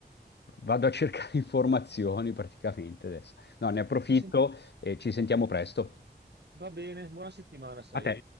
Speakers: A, on the left (about 80°); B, on the right (about 80°).
A: Vado a cercare <laughs> informazioni praticamente adesso. No, ne approfitto
B: ci sen-
A: e ci sentiamo presto.
B: va bene, buona settimana, sai?
A: A te.